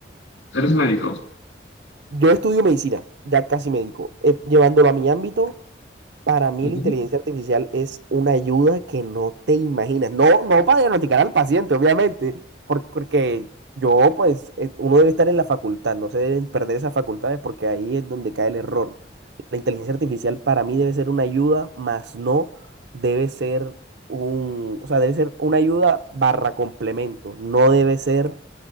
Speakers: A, on the left (about 85°); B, on the right (about 70°).
A: ¿Eres médico?
B: yo estudio medicina, ya casi médico. Eh, llevándolo a mi ámbito, Para mí
A: Ujú.
B: la inteligencia artificial es una ayuda que no te imaginas. No, no para diagnosticar al paciente, obviamente, por- porque yo, pues, eh, uno debe estar en la facultad, no se deben perder esas facultades porque ahí es donde cae el error. La inteligencia artificial para mí debe ser una ayuda, más no debe ser un, o sea, debe ser una ayuda barra complemento. No debe ser